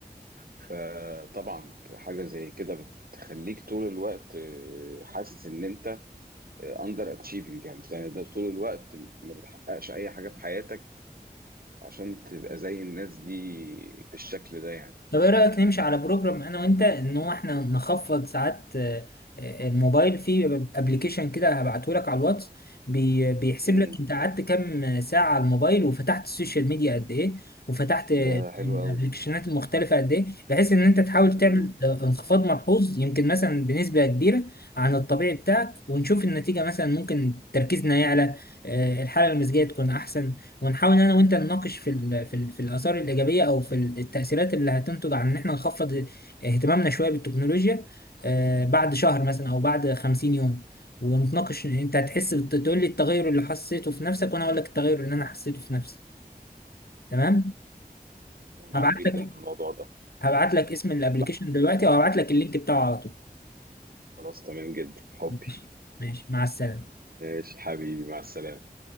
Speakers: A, on the right; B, on the left.
A: فطبعا حاجة زي كده بتخليك طول الوقت آه، حاسس ان انت اندر اتشيفنج يعني ده ده طول الوقت ما بتحققش اي حاجة في حياتك عشان تبقى زي الناس دي بالشكل ده يعني
B: طب ايه رأيك نمشي على بروجرام انا وانت ان هو احنا نخفض ساعات آه، آه، الموبايل في ابلكيشن كده هبعته لك على الواتس بي- بيحسب
A: امم
B: لك انت قعدت كام ساعة على الموبايل وفتحت السوشيال ميديا قد ايه وفتحت آه،
A: ده حلو
B: الابلكيشنات
A: قوي
B: المختلفة قد ايه بحيث ان انت تحاول
A: امم
B: تعمل آه، انخفاض ملحوظ يمكن مثلا بنسبة كبيرة عن الطبيعي بتاعك ونشوف النتيجة مثلا ممكن تركيزنا يعلى آه، الحالة المزاجية تكون احسن ونحاول انا وانت نناقش في ال في ال في الاثار الايجابيه او في ال- التاثيرات اللي هتنتج عن ان احنا نخفض اهتمامنا شويه بالتكنولوجيا آه، بعد شهر مثلا او بعد 50 يوم ونتناقش انت هتحس بت- تقول لي التغير اللي حسيته في نفسك وانا اقول لك التغير اللي انا حسيته في نفسي تمام
A: معاك
B: هبعت
A: جدا
B: لك
A: في الموضوع ده
B: هبعت لك اسم الابلكيشن
A: بقى
B: دلوقتي او هبعت لك اللينك بتاعه على طول
A: خلاص تمام جدا حبي
B: ماشي ماشي. مع السلامه
A: ماشي حبيبي مع السلامة